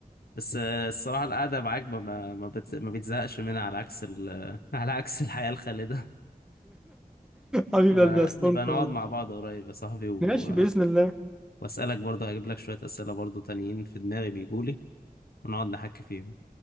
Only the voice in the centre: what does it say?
حبيب
قلبي يا اسطنت
والله
ماشي بإذن الله